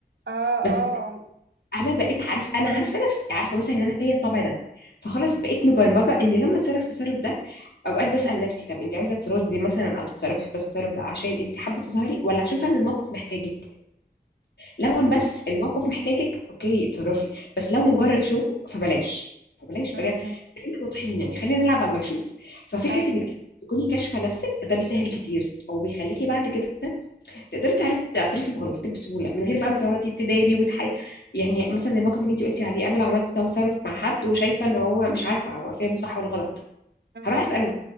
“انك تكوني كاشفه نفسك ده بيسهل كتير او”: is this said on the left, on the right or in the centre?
Left